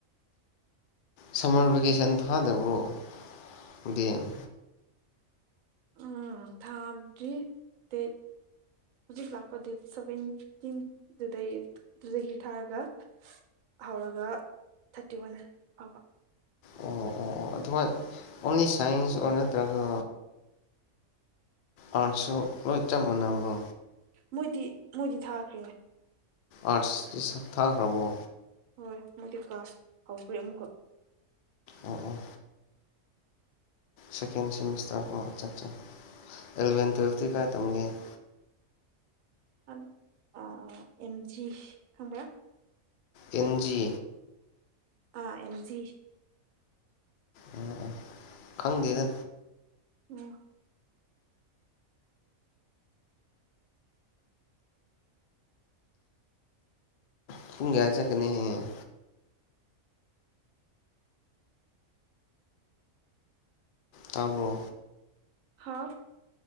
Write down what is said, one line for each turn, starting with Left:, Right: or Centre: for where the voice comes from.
Left: ꯁꯃꯔ ꯚꯦꯀꯦꯁꯟ ꯊꯥꯗꯕꯔꯣ <unintelligible>
Right: ꯎꯝ ꯊꯥꯗ꯭ꯔꯤ ꯗꯦꯠ ꯍꯧꯖꯤꯛ ꯂꯥꯛꯄ ꯗꯦꯠ ꯁꯕꯦꯟꯇꯤꯟꯗꯨꯗꯩ ꯑꯗꯨꯗꯒꯤ ꯊꯥꯔꯒ ꯍꯧꯔꯒ ꯊꯥꯔꯇꯤ ꯋꯥꯟ ꯐꯥꯎꯕ
Left: ꯑꯣ ꯑꯣ ꯑꯣ ꯑꯗꯨ ꯍꯣꯏ ꯑꯣꯟꯂꯤ ꯁꯥꯏꯟꯁ ꯑꯣꯔ ꯅꯠꯇ꯭ꯔꯒ ꯑꯥꯔꯠꯁꯨ ꯂꯣꯏ ꯆꯞ ꯃꯥꯅꯕꯣ
Right: ꯃꯣꯏꯗꯤ ꯃꯣꯏꯗꯤ ꯊꯈ꯭ꯔꯦ
Left: ꯑꯥ꯭ꯔꯠ ꯊꯈ꯭ꯔꯕꯣ
Right: ꯍꯣꯏ ꯃꯣꯏꯗꯤ ꯀ꯭ꯂꯥꯁ ꯍꯧꯈ꯭ꯔꯦ ꯑꯃꯨꯛꯀ
Left: ꯑꯣ ꯑꯣ ꯁꯦꯀꯦꯟ ꯁꯦꯃꯤꯁꯇꯔ ꯀꯣ ꯑꯆꯥꯆꯥ ꯏꯂꯚꯦꯟ ꯇ꯭ꯋꯦꯞꯇꯤ ꯀꯥꯏ ꯊꯝꯒꯦ <inaudible>
Right: ꯑꯗ ꯑꯥ ꯑꯦꯝꯖꯤ ꯈꯪꯕ꯭ꯔ
Left: ꯑꯦꯟ ꯖꯤ
Right: ꯑꯥ ꯑꯦꯝꯖꯤ
Left: ꯑꯣ ꯑꯣ ꯈꯪꯗꯦꯗ
Right: ꯑꯣ
Left: ꯄꯨꯡ ꯄꯌꯥ ꯆꯠꯀꯅꯤ ꯍꯌꯦꯡ ꯇꯕ꯭ꯔꯣ
Right: ꯍꯥꯥꯎ